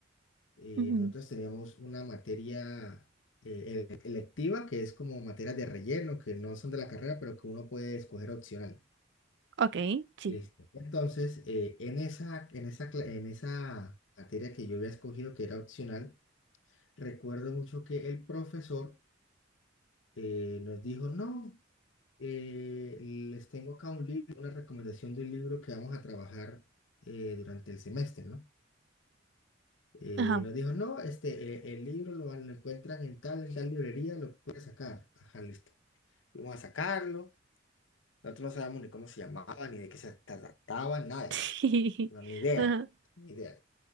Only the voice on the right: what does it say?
ujú,
Ok, sí.
Ajá.
<laughs>
Ajá.